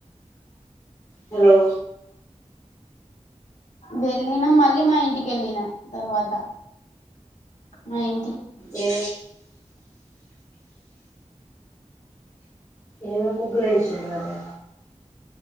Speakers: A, on the left; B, on the left.
A: హలో
B: వెళ్ళినాం. మళ్ళీ మా ఇంటికి వెళ్ళినాం. తర్వాత మా ఇం
A: ఏ ఏమేమి ముగ్గులేశింళ్ళు మరీ